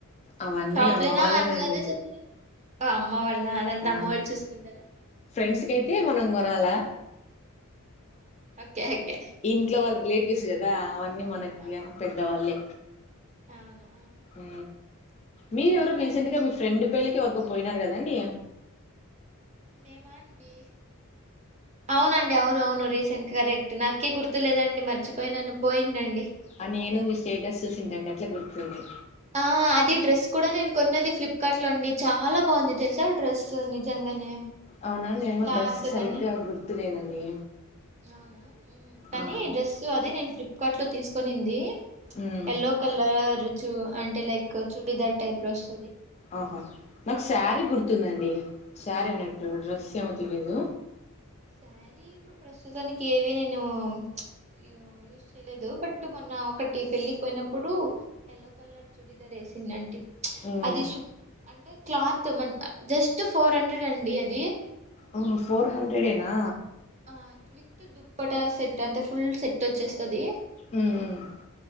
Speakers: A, on the left (about 30°); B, on the right (about 30°).
A: అవన్నీ
B: షాప్లేనా
A: అమ్మ వాళ్ళేనండి
B: ఆన్లైన్ లో చెస్తారా అమ్మ వాళ్ళ అదంతా
A: ఆ
B: అమ్మ వాళ్ళు చూసుకుంటరు
A: ఫ్రెండ్స్ కి అయితే మనం కొనాలా
B: ఓకే ఓకే
A: ఇంట్లో వాళ్ళ రిలేటివ్స్, గదా అవన్నీ మనకి
B: ఆ,
A: పెద్దవాళ్ళే
B: అవునా
A: ఊ మీరు
B: ఉమ్,
A: ఎవరు రీసెంట్ గా మీ ఫ్రెండ్ పెళ్ళికి ఎవరకో పోయినారు కదండి
B: మేమా అండి అవునండి అవున అవును రీసెంట్గా కరెక్ట్ నాకే గుర్తు లేదండి మర్చిపోయినాను పోయిందండి
A: ఆ నేను మీ స్టేటస్ చూసింటండి అట్లా గుర్తుంది.
B: ఆ అది డ్రెస్ కూడా నేను కొన్నది ఫ్లిప్కార్ట్ లో అండి చాలా బాగుంది తెలుసా డ్రెస్ నిజంగానే.
A: అవునా నేను
B: క్లాత్
A: డ్రెస్ సరిగ్గా
B: గాని
A: గుర్తులేదండి.
B: అవునా ఉమ్ కానీ
A: ఆ
B: డ్రెస్ అది నేను ఫ్లిప్కార్ట్ లో తీసుకొనింది.
A: ఉమ్
B: యాల్లో కలర్ చూ అంటే లైక్ చూడిదార్ టైప్ లో వస్తు.
A: ఆహా నాకు శారీ గుర్తుందండి, శారీ అన్నట్టు డ్రెస్ ఏమో తెలీదు
B: సారీ ఇప్పుడు ప్రస్తుతానికి ఏవి నేను యూ యూజ్ చేయలేదు బట్ మొన్న ఒకటి పెళ్ళికి పోయినప్పుడు ఎల్లో కలర్ చూడిధర ఎ <unintelligible>
A: ఉమ్
B: అది సు అంటే క్లాత్ మా జస్ట్ ఫోర్ హండ్రెడ్ అండి అది
A: ఓ ఫోర్ హండ్రెడ్ నా
B: ఆ విత్ దుప్పట సెట్ అంటే ఫుల్ సెట్ వచ్చేస్తాది.
A: ఉమ్